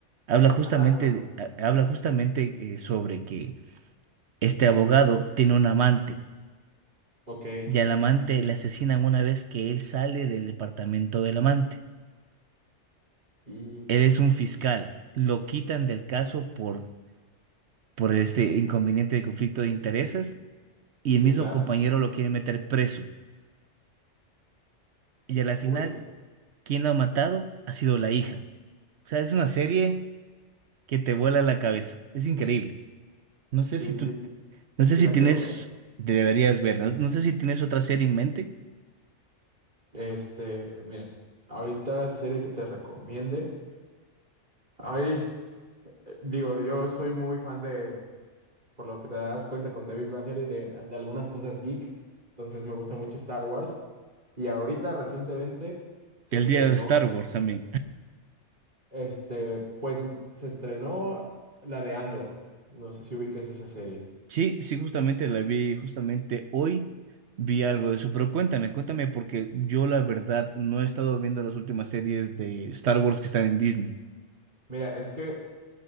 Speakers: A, on the right; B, on the right.
A: Habla justamente,
B: Ah, no.
A: de- ha- habla justamente eh, sobre que Este abogado tiene un amante
B: Ok,
A: y al amante le asesinan una vez que él sale del departamento del amante.
B: híjole.
A: Él es un fiscal, lo quitan del caso por, por este inconveniente de conflicto de intereses y
B: Sí,
A: el mismo
B: claro.
A: compañero lo quiere meter preso. Y a la final,
B: Uy, esta.
A: quien lo ha matado ha sido la hija. O sea, es una serie que te vuela la cabeza. Es increíble. No sé
B: Sí,
A: si
B: sí,
A: tú, no sé
B: sí
A: si
B: la
A: tienes,
B: quiero ver.
A: deberías verla. No sé si tienes otra serie en mente.
B: Este, mira, ahorita serie que te recomiende. Ay, eh, digo, yo soy muy fan de, por lo que te das cuenta con David Big Bang Theory, de, de algunas cosas geek. Entonces me gusta mucho Star Wars. Y ahorita recientemente se
A: El
B: estrenó,
A: día de Star Wars también.
B: este, pues se estrenó la de Andor. No sé si ubiques esa serie.
A: Sí, sí, justamente la vi, justamente hoy vi algo de eso, pero cuéntame, cuéntame, porque yo la verdad no he estado viendo las últimas series de Star Wars que están en Disney.
B: Mira, es que